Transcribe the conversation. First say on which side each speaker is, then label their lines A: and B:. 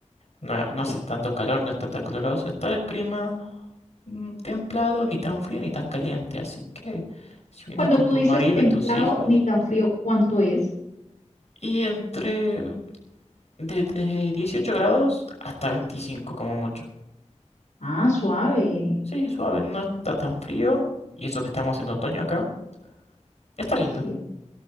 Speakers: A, on the left (about 60°); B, on the left (about 85°).
A: No, no
B: Sí.
A: hace tanto calor, no está tan caluroso, está el clima mm, templado, ni tan frío ni tan caliente. Así que si vienes
B: Cuando
A: con
B: tú
A: tu
B: dices
A: marido
B: templado
A: y tus hijos,
B: ni tan frío, ¿cuánto es?
A: y entre desde 18 grados hasta 25 como mucho.
B: Ah, suave.
A: Sí, suave, no está tan frío, y eso que estamos en otoño acá, está lindo.
B: Sí,